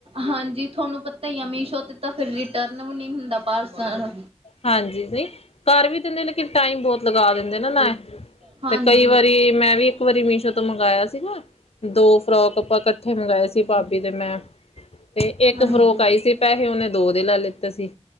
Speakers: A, on the right; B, on the left.
A: ਹਾਂਜੀ ਤੁਹਾਨੂੰ ਪਤਾ ਹੀ ਆ ਮੀਸ਼ੋ ਤੇ ਤਾਂ ਫਿਰ ਰਿਟਰਨ ਵੀ ਨੀ ਹੁੰਦਾ ਪਾਰਸਲ।
B: ਹਾਂਜੀ ਕਰ ਵੀ ਦਿੰਦੇ ਨੇ ਲੇਕਿਨ ਟਾਈਮ ਬਹੁਤ ਲਗਾ ਦਿੰਦੇ ਨਾ ਨਾ
A: ਨਾਲ ਹਾਂਜੀ,
B: ਤੇ ਕਈ ਵਾਰੀ ਮੈਂ ਵੀ ਇੱਕ ਵਾਰੀ ਮੀਸ਼ੋ ਤੋਂ ਮੰਗਵਾਇਆ ਸੀਗਾ। ਦੋ ਫਰੋਕ ਆਪਾਂ ਇਕੱਠੇ ਮੰਗਵਾਏ ਸੀ ਭਾਬੀ ਤੇ ਮੈਂ ਤੇ ਇੱਕ
A: ਨਾਲ ਹਾਂਜੀ।
B: ਫਰੋਕ ਆਈ ਸੀ ਪੈਸੇ ਉਹਨੇ ਦੋ ਦੇ ਲਾ ਲਿੱਤੇ ਸੀ।